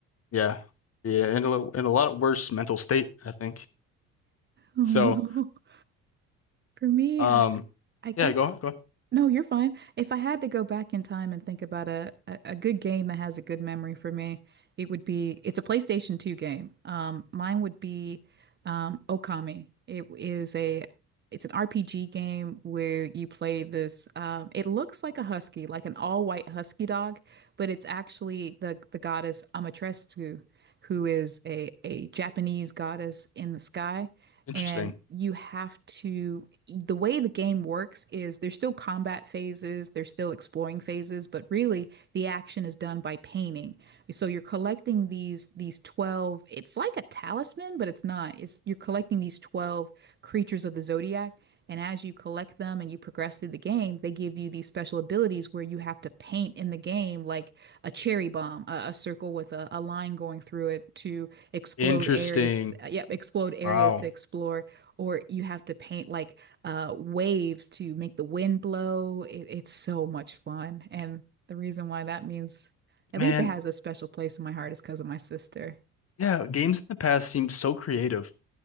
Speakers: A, on the left (about 30°); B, on the right (about 25°).
A: Yeah, yeah, in a lo- in a lot worse mental state, I think.
B: Oh
A: So,
B: no. <laughs> For me,
A: um,
B: I, I guess
A: yeah, go on, go on.
B: no, you're fine. If I had to go back in time and think about a, a, a good game that has a good memory for me, it would be it's a PlayStation 2 game. Um, mine would be um, Okami. It is a it's an RPG game where you play this. Um, it looks like a husky, like an all-white husky dog, but it's actually the the goddess Amaterasu, who is a a Japanese goddess in the sky
A: Interesting,
B: and you have to, the way the game works is there's still combat phases, there's still exploring phases, but really the action is done by painting. So you're collecting these these 12, it's like a talisman, but it's not. It's you're collecting these 12 creatures of the zodiac, and as you collect them and you progress through the game, they give you these special abilities where you have to paint in the game like a cherry bomb, a, a circle with a, a line going through it to explode
A: interesting.
B: areas uh, yep explode areas
A: Wow,
B: to explore or you have to paint like uh waves to make the wind blow it, it's so much fun and the reason why that means at
A: man,
B: least it has a special place in my heart is because of my sister
A: yeah, games in the past seem so creative.